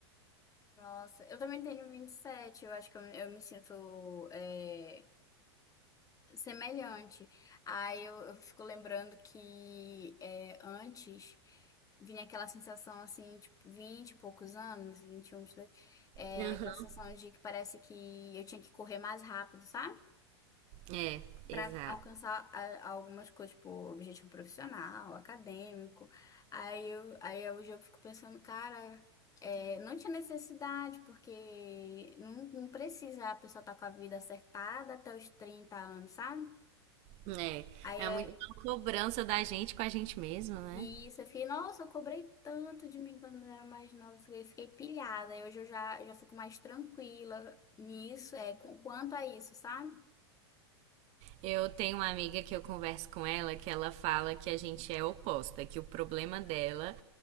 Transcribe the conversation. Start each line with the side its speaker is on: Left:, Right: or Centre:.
Left: Nossa, eu também tenho 27. eu acho que eu, eu me sinto é, semelhante. Aí eu, eu fico lembrando que é, antes vinha aquela sensação assim, tipo, 20 e poucos anos, 21, 22. é,
Right: Aham.
Left: aquela sensação de que parece que eu tinha que correr mais rápido, sabe?
Right: É, exato.
Left: para alcançar ah, algumas coisas, tipo, objetivo profissional, acadêmico. Aí, eu, aí hoje eu fico pensando, cara, é, não tinha necessidade, porque não, não precisa a pessoa estar com a vida acertada até os 30 anos, sabe?
Right: É,
Left: Aí
Right: é
Left: é,
Right: muito uma cobrança da gente com a gente mesma né?
Left: e isso, eu fiquei, nossa, eu cobrei tanto de mim quando eu era mais nova, fiquei, fiquei pilhada. Aí hoje eu já, já fico mais tranquila nisso, é, com, quanto a isso, sabe?
Right: Eu tenho uma amiga que eu converso com ela que ela fala que a gente é oposta, que o problema dela